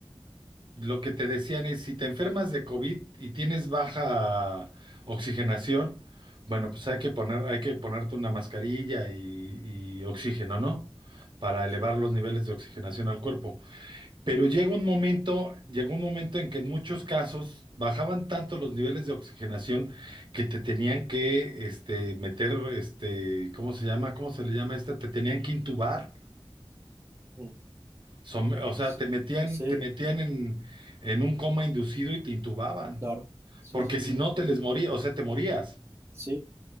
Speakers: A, on the right; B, on the right.
A: lo que te decían es, si te enfermas de COVID y tienes baja oxigenación, bueno, pues hay que poner, hay que ponerte una mascarilla y, y oxígeno, ¿no? Para
B: Sí.
A: elevar los niveles de oxigenación al cuerpo. Pero llega un momento, llegó un momento en que en muchos casos bajaban tanto los niveles de oxigenación que te tenían que, este, meter, este, ¿cómo se llama? ¿Cómo se le llama esta? Te tenían que intubar
B: Mm.
A: Som- o sea,
B: Sí,
A: te metían,
B: sí,
A: te metían en, en un coma inducido y te intubaban,
B: claro. Sí,
A: porque
B: sí,
A: si
B: sí.
A: no te les moría, o sea, te morías.
B: Sí,